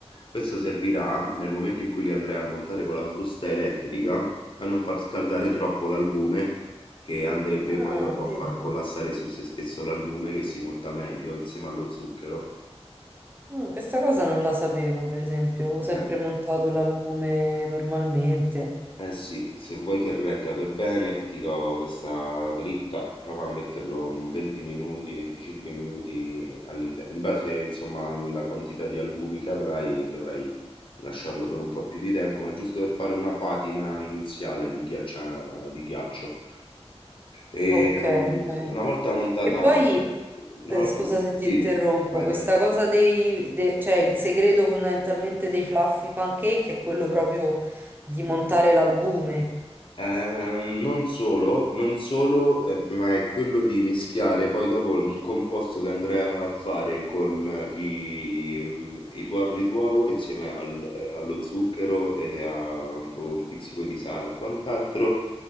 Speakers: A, on the left; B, on the right.
A: Questo servirà nel momento in cui li andrai a montare con la frusta elettrica a non far scaldare troppo l'albume che andrebbe
B: Ah,
A: poi dopo a
B: vedi.
A: far collassare su se stesso l'albume che si monta meglio insieme allo zucchero.
B: Mm, questa cosa non la sapevo, per esempio. Ho sempre
A: Eh.
B: montato l'albume normalmente.
A: Eh sì, se vuoi che regga per bene, ti do questa dritta, prova a metterlo un 20 minuti, 25 minuti all'interno. In base, insomma, alla quantità di albumi che avrai, dovrai lasciarlo per un po' più di tempo, ma giusto per fare una patina iniziale di ghiaccia- di ghiaccio. E
B: Ok,
A: um,
B: ok.
A: una volta montata,
B: E poi,
A: una
B: eh,
A: volta,
B: scusa se ti
A: sì,
B: interrompo,
A: vai,
B: questa
A: vai.
B: cosa dei, de- cioè il segreto fondamentalmente dei fluffy pancake è quello proprio di montare l'albume.
A: Ehm, non solo, non solo, eh, ma è quello di mischiare poi dopo il composto che andrai a fare con eh, i, mm, i tuorli d'uovo insieme al- eh, allo zucchero e a un po' un pizzico di sale e quant'altro.